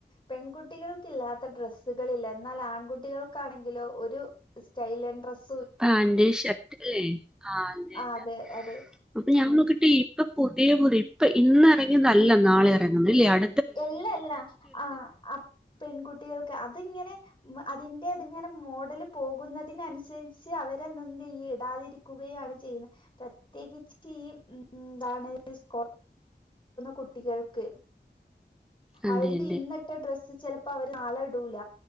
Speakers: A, on the left; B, in the centre.
A: പെൺകുട്ടികൾക്ക് ഇല്ലാത്ത ഡ്രസ്സ്‌കള് ഇല്ല എന്നാൽ ആൺകുട്ടികൾക്ക് ആണെങ്കിലോ ഒരു സ്റ്റൈലെൻ ഡ്രസ്സ്‌
B: പാന്റ് ഷർട്ട് അല്ലേ ആ അതന്നെ
A: ആ അതെ അതെ
B: അപ്പ ഞാൻ
A: ഉം
B: നോക്കിട്ട് ഇപ്പം പുത്യേ പുതി ഇപ്പ ഇന്ന് ഇപ്പയെങ്ങും നല്ല നാളെ വേണംന്നില്ല അട്
A: ഇല്ലല്ല ആ അപ്പ് പെൺകുട്ടികൾക്ക് അതിങ്ങനെ അതിന്റെ അത് ഇങ്ങനെ മോഡല് പോകുന്നതിനനുസരിച്ച് അവരെന്നെ എന്തെയ്യും ഇടാതിരിക്കുകയാണ് ചെയ്യുന്നത് പ്രത്യേകിച്ച് ഈ ഉം എന്താണ് സ് കുട്ടികള്ക്ക്
B: അതെ
A: അവർക്ക്
B: അതെ
A: ഇന്നിട്ട ഡ്രസ്സ് ചെല പ്പം അവര് നാളെ ഇടൂല